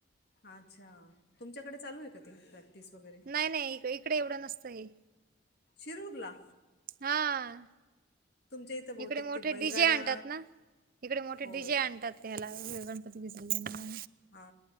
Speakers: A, on the left; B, on the right.
A: अच्छा तुमच्याकडे चालू ये का ते वगैरे
B: नाही नाही इकडे एवढं नसतं हे
A: शिरूरला
B: हा
A: तुमच्या इथं बहुतेक
B: इकडे मोठे
A: ते बैलगाड्या
B: डीजे आणतात ना इकडे मोठे
A: हो
B: डीजे आणतात. त्याला गणपती विसर्जनला
A: हा